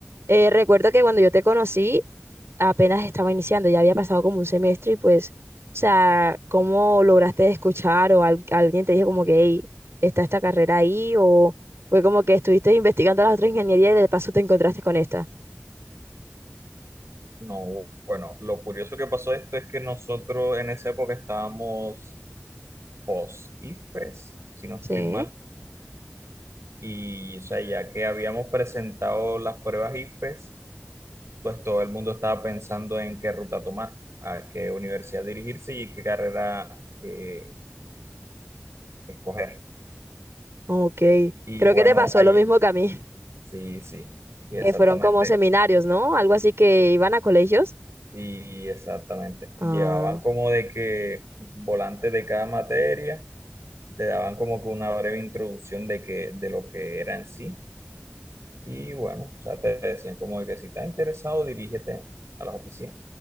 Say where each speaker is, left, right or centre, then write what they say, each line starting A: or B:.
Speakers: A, on the right (about 70°); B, on the right (about 85°).
A: eh, recuerdo que cuando yo te conocí, apenas estaba iniciando, ya había pasado como un semestre y pues, o sea, ¿cómo lograste escuchar o al- alguien te dijo como que, hey, está esta carrera ahí o fue como que estuviste investigando las otras ingenierías y de paso te encontraste con esta?
B: No, bueno, lo curioso que pasó esto es que nosotros en esa época estábamos post-IFES, si no
A: Sí,
B: estoy mal, y o sea, ya que habíamos presentado las pruebas IFES, pues todo el mundo estaba pensando en qué ruta tomar, a qué universidad dirigirse y qué carrera eh, escoger.
A: ok.
B: Y
A: Creo
B: bueno,
A: que te pasó
B: ahí,
A: lo mismo que a mí,
B: sí, sí,
A: <laughs>
B: y exactamente,
A: que fueron como seminarios, ¿no? Algo así que iban a colegios.
B: y exactamente.
A: Ah.
B: Llevaban como de que volantes de cada materia te daban como que una breve introducción de que, de lo que era en sí. Y bueno, o sea, te decían como de que si estás interesado, dirígete a las oficinas.